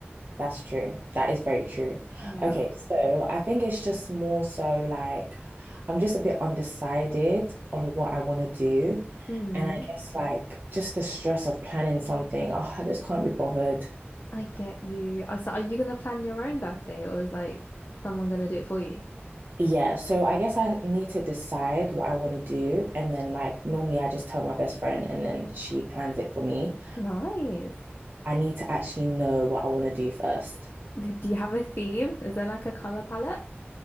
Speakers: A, on the right; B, on the left.
A: That's true. That is very true.
B: Yeah.
A: Okay, so I think it's just more so like I'm just a bit undecided on what I want to do.
B: Mm,
A: And I guess like just the stress of planning something, oh, I just can't be bothered.
B: I get you. I so are you gonna plan your own birthday or is like someone gonna do it for you?
A: Yeah, so I guess I need to decide what I want to do. And then like normally I just tell my best friend and then she plans it for me.
B: Nice.
A: I need to actually know what I want to do first.
B: D- Do you have a theme? Is there like a color palette?